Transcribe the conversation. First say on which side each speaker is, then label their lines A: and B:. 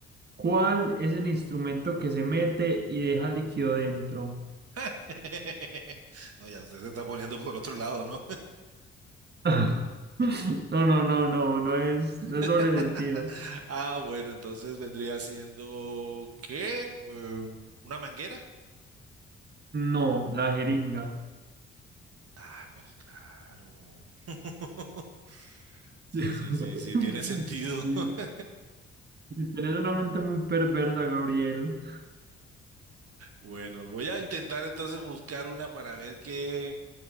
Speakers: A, on the right; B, on the right.
A: ¿Cuál es el instrumento que se mete y deja líquido dentro?
B: <laughs> No, ya usted se está poniendo por otro lado, ¿no?
A: <laughs> No, no, no, no, no es, no es
B: <laughs>
A: doble sentido.
B: Ah, bueno, entonces vendría siendo, ¿qué? Eh, ¿una manguera?
A: No, la jeringa.
B: Ah, pues claro. <laughs>
A: Sí.
B: Sí,
A: <laughs>
B: sí, sí, sí, tiene sentido.
A: Sí,
B: <laughs>
A: Tienes una mente muy perversa, Gabriel.
B: Bueno, voy a intentar entonces buscar una para ver qué,